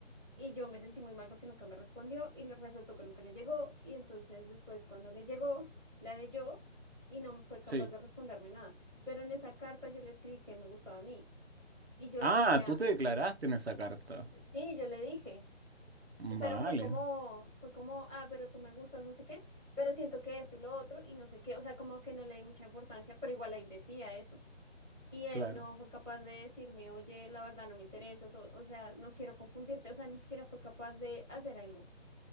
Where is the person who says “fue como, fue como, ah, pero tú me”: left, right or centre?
Centre